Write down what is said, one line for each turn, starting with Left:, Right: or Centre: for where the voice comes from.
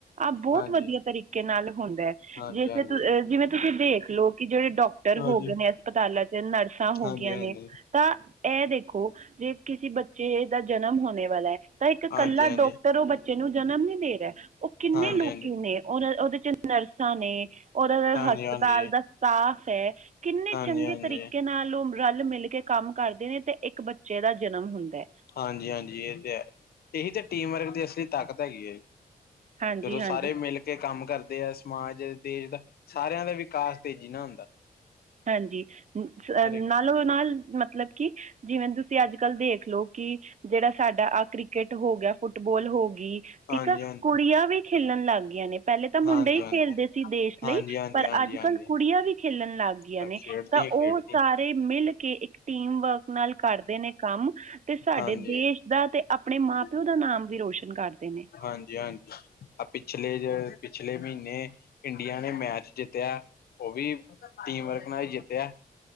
Right: ਆਹ ਬਹੁਤ
Left: ਹਾਂਜੀ,
Right: ਵਧੀਆ ਤਰੀਕੇ ਨਾਲ ਹੁੰਦੈ
Left: ਹਾਂਜੀ,
Right: ਜਿਸੇ
Left: ਹਾਂਜੀ।
Right: ਤੁੰ ਅ ਜਿਵੇਂ ਤੁਸੀਂ ਦੇਖਲਓ ਕਿ ਜਿਹੜੇ ਡੋਕ ਆਟਕ
Left: ਹਾਂਜੀ,
Right: ਹੋ ਗਏ ਨੇ <unintelligible> ਹਸਪਤਾਲਾਂ ਚ ਨਰਸਾਂ ਹੋ
Left: ਹਾਂਜੀ-ਹਾਂਜੀ,
Right: ਗਿਆਂ ਨੇ ਤਾਂ ਐਹ ਦੇਖੋ ਜੇ ਕਿਸੀ ਬੱਚੇ ਦਾ ਜਨਮ ਹੋਨੇ ਵਾਲਾ ਐ ਤਾਂ ਇੱਕ ਕੱਲਾ
Left: ਹਾਂਜੀ-ਹਾਂਜੀ,
Right: ਡਾਕਟਰ ਓਹ ਬੱਚੇ ਨੂੰ ਜਨਮ ਨੀ ਦੇ ਰੇਆ ਓਹ ਕਿੰਨੇ
Left: ਹਾਂਜੀ-ਹਾਂਜੀ।
Right: ਲੋਕੀ ਨੇ ਓਹਨਾਂ ਓਹਦੇ ਚ ਨਰਸਾਂ ਨੇ ਓਹਨਾਂ ਦਾ
Left: ਹਾਂਜੀ-ਹਾਂਜੀ,
Right: ਹਸਪਤਾਲ ਦਾ ਸਟਾਫ ਐ ਕਿੰਨੇ
Left: ਹਾਂਜੀ-ਹਾਂਜੀ,
Right: ਚੰਗੇ ਤਰੀਕੇ ਨਾਲ ਓ ਰਲ-ਮਿਲ ਕੇ ਕੰਮ ਕਰਦੇ ਨੇ ਤੇ ਇੱਕ ਬੱਚੇ ਦਾ ਜਨਮ ਹੁੰਦੈ
Left: ਹਾਂਜੀ ਹਾਂਜੀ ਇਹ ਤੇ ਹੈ ਇਹੀ ਤੇ ਟੀਮ ਵਰਕ ਦੀ ਅਸਲੀ ਤਾਕਤ ਹੈਗੀ ਏ
Right: ਹਾਂਜੀ
Left: ਜਦੋਂ
Right: ਹਾਂਜੀ
Left: ਸਾਰੇ ਮਿਲ ਕੇ ਕੰਮ ਕਰਦੇ ਆ ਸਮਾਜ ਦੇਸ਼ ਦਾ ਸਾਰਿਆਂ ਦਾ ਵਿਕਾਸ ਤੇਜ਼ੀ ਨਾ ਹੁੰਦਾ
Right: ਹਾਂਜੀ
Left: ਹਰ ਇੱਕ
Right: ਨਾਲੋਂ ਨਾਲ ਮਤਲਬ ਕਿ ਜਿਵੇਂ ਤੁਸੀਂ ਅੱਜਕੱਲ੍ਹ ਦੇਖ ਲੋ ਕਿ ਜੇਹੜਾ ਸਾਡਾ ਆਹ ਕ੍ਰਿਕਟ ਹੋ ਗਿਆ ਫੁੱਟਬੋਲ ਹੋ ਗਈ ਠੀਕ
Left: ਹਾਂਜੀ-ਹਾਂਜੀ।
Right: ਆ ਕੁੜੀਆਂ ਵੀ ਖੇਲਣ ਲੱਗ ਗੀਆਂ ਨੇ ਪੈਹਲੇ ਤਾਂ ਮੁੰਡੇ
Left: ਹਾਂਜੀ-ਹਾਂਜੀ,
Right: ਹੀ ਖੇਲਦੇ ਸੀ ਦੇਸ਼ ਲਈ
Left: ਹਾਂਜੀ-ਹਾਂਜੀ,
Right: ਪਰ
Left: ਹਾਂਜੀ-ਹਾਂਜੀ
Right: ਅੱਜ-ਕੱਲ ਕੁੜੀਆਂ ਵੀ ਖੇਲਣ ਲੱਗ ਗਈਆਂ
Left: ਖੇਡਦੀ
Right: ਨੇ ਤਾਂ
Left: ਖੇਡਦੀ
Right: ਓਹ
Left: ਹਾਂਜੀ।
Right: ਸਾਰੇ ਮਿਲ ਕੇ ਇੱਕ ਟੀਮ ਵਰਕ ਨਾਲ ਕਰਦੇ ਨੇ ਕੰਮ ਤੇ ਸਾਡੇ
Left: ਹਾਂਜੀ
Right: ਦੇਸ਼
Left: ਖੇਡਦੀਆਂ ਖੇਡਦੀਆਂ
Right: ਦਾ
Left: ਹਾਂਜੀ
Right: ਤੇ ਆਪਣੇ ਮਾਂ-ਪਓ ਦਾ ਨਾਮ ਵੀ ਰੋਸ਼ਨ ਕਰਦੇ ਨੇ
Left: ਹਾਂਜੀ ਹਾਂ ਅ ਪਿਛਲੇ ਜੇ ਪਿਛਲੇ ਮਹੀਨੇ ਇੰਡੀਆ ਨੇ ਮੈਚ ਜਿੱਤਿਆ ਓਹ ਵੀ ਟੀਮ ਵਰਕ ਨਾ ਹੀ ਜਿੱਤਿਆ